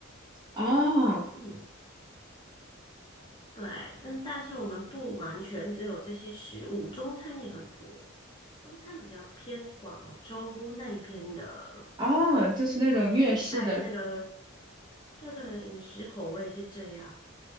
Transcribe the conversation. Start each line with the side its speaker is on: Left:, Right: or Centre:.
Right: 啊
Left: 嗯。对，但但是我们不完全只有这些食物，中餐也很多。中餐比较偏广州那一边的，
Right: 啊，就是那种粤式的，
Left: 广州那一带的那个，对对，饮食口味是这样。